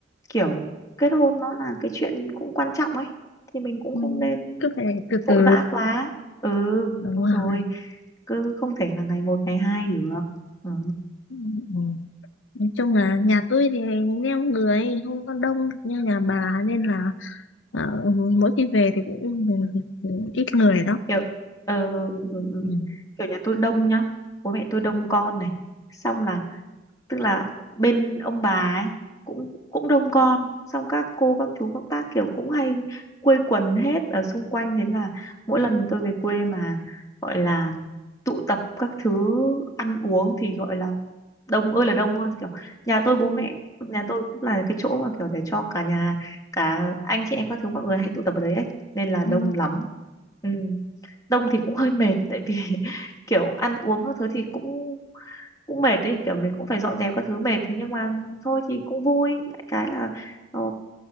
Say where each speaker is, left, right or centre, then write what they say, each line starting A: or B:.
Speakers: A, on the left (about 20°); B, on the left (about 80°).
A: kiểu kết hôn nó là cái chuyện cũng quan trọng ấy thì mình cũng
B: ừ,
A: không nên
B: cứ phải từ
A: vội
B: từ
A: vã quá ừ
B: đúng
A: đúng
B: rồi
A: rồi cứ không thể là ngày một ngày hai được ừ
B: Ừ, ừ. Nói chung là nhà tôi thì neo người không có đông như nhà bà nên là ờ, mỗi khi về thì cũng ừ, ít người đó.
A: kiểu ờ, ừ, ừ,
B: Ừ.
A: ừ. kiểu nhà tôi đông nhá bố mẹ tôi đông con này xong là tức là bên ông bà ấy cũng cũng đông con xong các cô các chú các bác kiểu cũng hay quây quần hết ở xung quanh thế là mỗi lần tôi về quê mà gọi là tụ tập các thứ ăn uống thì gọi là đông ơi là đông hơn kiểu nhà tôi bố
B: Ừ.
A: mẹ nhà tôi cũng là cái chỗ mà kiểu để cho cả nhà cả anh chị em các thứ mọi người hay tụ tập ở đấy ấy nên là
B: Ừ.
A: đông lắm ừ đông thì cũng hơi mệt tại vì <laughs> kiểu ăn uống các thứ thì cũng cũng mệt đấy kiểu mình cũng phải dọn dẹp các thứ mệt thế nhưng mà thôi thì cũng vui cái là ờ,